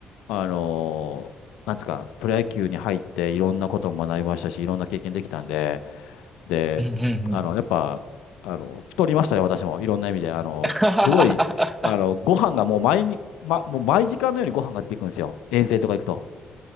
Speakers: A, on the left; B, on the right.
A: あのなんですか、プロ野球に入っていろんなことも学びましたし、いろんな経験できたんで、で、
B: うんうんうん。
A: あの、やっぱ、あの、太りましたね、私も。いろんな意味で。あの、
B: <laughs> は
A: すごい、あの、ご飯がもう毎に、ま、もう毎時間のようにご飯が出てくるんですよ。遠征とか行くと。